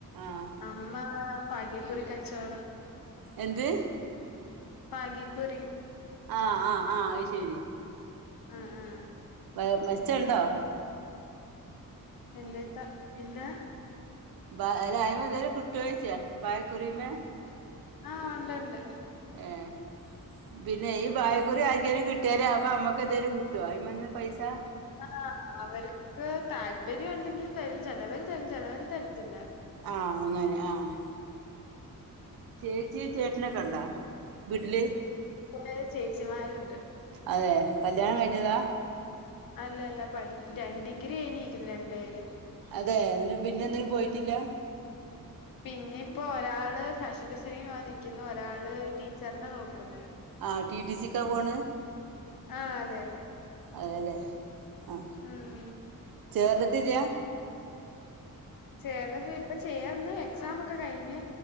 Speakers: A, on the right; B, on the left.
A: ആഹ്
B: അമ്മ ഭാഗ്യക്കുറി കച്ചവടം
A: എന്ന്ത്
B: ഭാഗ്യ കുറി
A: ആഹ ആഹ് ആഹ് അത് ശരി
B: ആഹ ആഹ
A: <unintelligible> മെച്ച ഉണ്ടോ
B: എന്ത ഇത്ത എന്താ
A: ബ അല്ല അയ്മ എന്തോലും കിട്ടോയ്ച്ചയ ബായ് കുറിമെ
B: ആഹ് ഉണ്ട് ഉണ്ട്
A: എഹ് പിന്നെ
B: ഉം
A: ബായ്ഗുറി ആയി <unintelligible> കിട്ടിയാലേ അപ്പൊ ഞമ്മക്ക് എന്തേലും കിട്ടോ അയിൻമെന്ന് പൈസ
B: ആഹ് അവര്ക്ക് താല്പര്യം ഉണ്ടെങ്കിൽ തരും ചെലവര് തരും ചെലവര് തരത്തില്ലാ
A: ആഹ് അങ്ങനെ ആഹ് ചേച്ച്യേ ചേട്ട്ന ക്കെണ്ടാ ബ്ട്ട്ല്
B: കുറേ ചേച്ചിമാര്ണ്ട്
A: അതെ. കല്യാണം കഴിഞ്ഞതാ?
B: അല്ലല്ല പഠി രണ്ട് ഡിഗ്രി കഴിഞ്ഞിക്കുന്നു രണ്ട് പേര്.
A: അതെ. നില് പിന്നെ എന്തിനും പോയിട്ടില്ല.
B: പിന്നെ ഇപ്പോ ഒരാള് ഫാഷൻ ഡിസൈനിങ് പോവാൻ നിക്കുന്നു, ഒരാള് ടീച്ചറിന്റെ നോക്കുന്ന്.
A: ആഹ് ടി ടി സി ക്കാ പോണ്?
B: ആ അതെ അതെ
A: അതെല്ലേ. ആഹ്
B: ഉം
A: ചേർന്നിട്ടില്ല്യാ?
B: ചേർന്നത് ഇപ്പൊ ചേർന്ന് എക്സാം ഒക്കെ കഴിഞ്ഞ്.